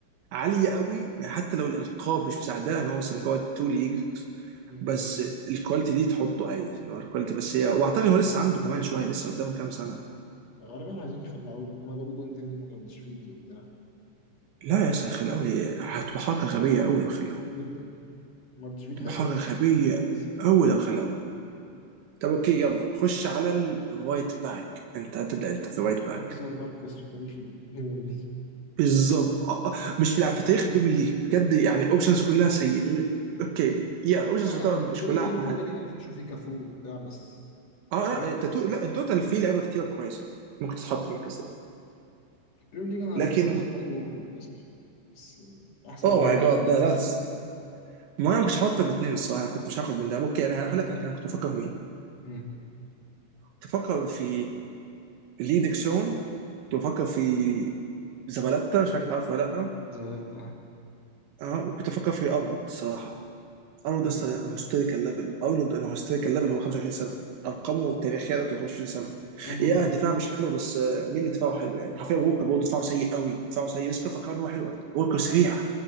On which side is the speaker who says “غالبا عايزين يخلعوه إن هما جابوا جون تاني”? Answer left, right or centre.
Left